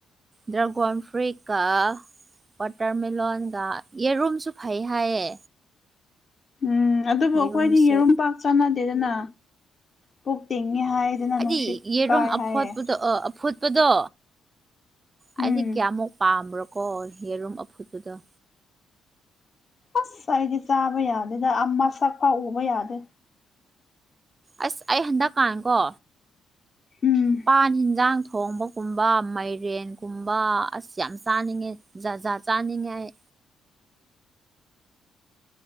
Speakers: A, on the right; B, on the left.
A: ꯗ꯭ꯔꯥꯒꯣꯟ ꯐ꯭ꯔꯨꯏꯠꯀ ꯋꯥꯇꯔꯃꯦꯂꯣꯟꯒ ꯌꯦꯔꯨꯝꯁꯨ ꯐꯩ ꯍꯥꯏꯌꯦ
B: ꯎꯝ ꯑꯗꯨꯕꯨ
A: ꯌꯦꯔꯨꯝꯁꯨ
B: ꯑꯩꯈꯣꯏꯗꯤ ꯌꯦꯔꯨꯝ ꯄꯥꯛ ꯆꯥꯅꯗꯦꯗꯅ ꯄꯨꯛ ꯇꯤꯡꯉꯦ ꯍꯥꯏꯗꯅ
A: ꯍꯥꯏꯗꯤ
B: ꯅꯨꯡꯁꯤꯠ
A: ꯌꯦꯔꯨꯝ
B: ꯀꯥꯏ
A: ꯑꯐꯣꯠꯄꯗꯣ
B: ꯍꯥꯏꯌꯦ
A: ꯑ ꯑꯐꯨꯠꯄꯗꯣ ꯑꯩꯗꯤ
B: ꯎꯝ
A: ꯀꯌꯥꯃꯨꯛ ꯄꯥꯝꯕ꯭ꯔꯣꯀꯣ ꯌꯦꯔꯨꯝ ꯑꯐꯨꯠꯄꯗꫭ
B: ꯑꯁ ꯑꯩꯗꯤ ꯆꯥꯕ ꯌꯥꯗꯦꯗ ꯑꯥ ꯃꯁꯛ ꯐꯥꯎ ꯎꯕ ꯌꯥꯗꯦ
A: ꯑꯁ ꯑꯩ ꯍꯟꯗꯛꯀꯥꯟꯀꯣ
B: ꯎꯝ
A: ꯄꯥꯟ ꯍꯤꯟꯖꯥꯡ ꯊꯣꯡꯕ ꯀꯨꯝꯕ ꯃꯥꯏꯔꯦꯟꯒꯨꯝꯕ ꯑꯁ ꯌꯥꯝ ꯆꯥꯅꯤꯡꯉꯦ ꯖꯥ ꯖꯥꯠ ꯆꯥꯅꯤꯡꯉꯦ ꯑꯩ